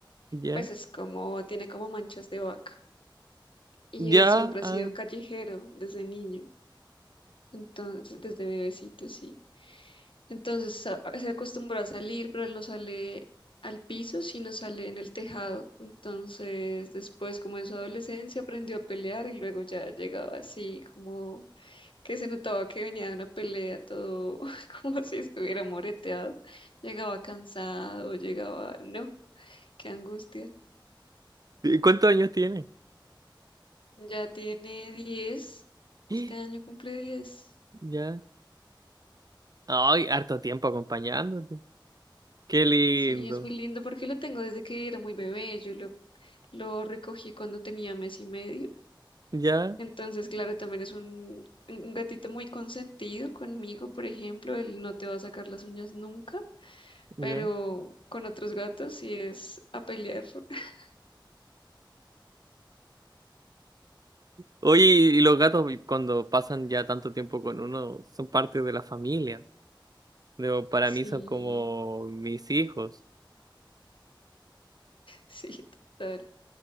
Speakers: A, on the right; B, on the left.
A: ¿Ya?
B: pues es como, tiene como manchas de vaca. Y
A: ¿Ya?
B: él siempre
A: ah,
B: ha sido callejero desde niño. Entonces, desde bebecito, sí. Entonces a- se acostumbró a salir, pero él no sale al piso, sino sale en el tejado. Entonces, después, como en su adolescencia, aprendió a pelear y luego ya llegaba así, como que se notaba que venía de una pelea, todo <laughs> como si estuviera moreteado. Llegaba cansado, llegaba, no, qué angustia.
A: ¿Cuántos años tiene?
B: Ya tiene 10. este
A: <gasps>
B: año cumple 10.
A: ¿Ya? Ay, harto tiempo acompañándote. Qué lindo.
B: Sí, es muy lindo porque lo tengo desde que era muy bebé. Yo lo, lo recogí cuando tenía mes y medio.
A: Ya,
B: Entonces, claro, también es un, un gatito muy consentido conmigo, por ejemplo. Él no te va a sacar las uñas nunca,
A: ya.
B: pero con otros gatos sí es a pelear. <laughs>
A: Oye, y los gatos cuando pasan ya tanto tiempo con uno son parte de la familia. Digo, para mí
B: Sí,
A: son como mis hijos.
B: sí, total.